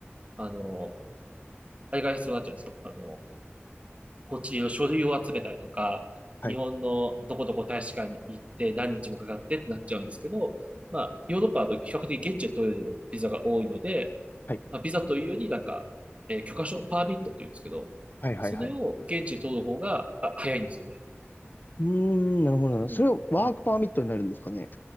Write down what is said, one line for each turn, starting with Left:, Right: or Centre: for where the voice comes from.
Right: あの、あれが必要になっちゃうんですよ。あの、こっちの書類を集めたりとか、
Left: はい、
Right: 日本のどこどこ大使館に行って何日もかかってってなっちゃうんですけど、まあ、ヨーロッパだと比較的現地で取れるビザが多いので、
Left: はい、
Right: まあ、ビザというよりなんか、えー許可証、パーミットって言うんですけど、
Left: はい、はい、
Right: それを現地で取る方が、
Left: はい。
Right: あ、早いんですよね。
Left: うーん、なるほど、なるほど。
Right: うん、
Left: それをワークパーミットになるんですかね。
Right: うん。